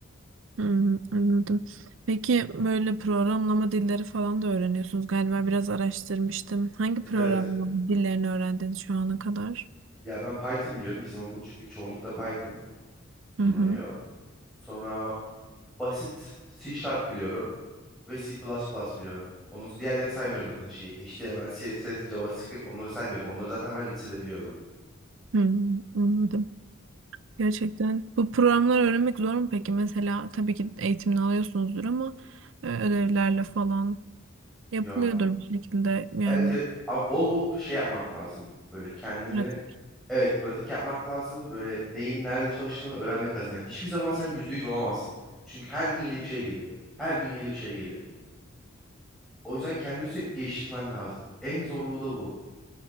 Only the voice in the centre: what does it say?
Evet
evet.
Ya ben Python biliyorum. Bizim okul çünkü çoğunlukla Python kullanıyor.
Sonra basit C Sharp biliyorum ve C++ biliyorum. Ondan sonra diğerlerini saymıyorum zaten şeyi. HTML, CSS, JavaScript onları saymıyorum. Onları zaten ben lisede biliyordum.
Ya
evet evet. Ama bol bol şey yapmak lazım. Böyle kendini
Evet, pratik yapmak lazım. Böyle neyin nerede çalıştığını öğrenmek lazım. Yani hiçbir zaman sen %100 olamazsın. Çünkü her gün yeni bir şey geliyor. Her gün yeni bir şey geliyor. O yüzden kendini sürekli geliştirmen lazım. En zorluğu da bu.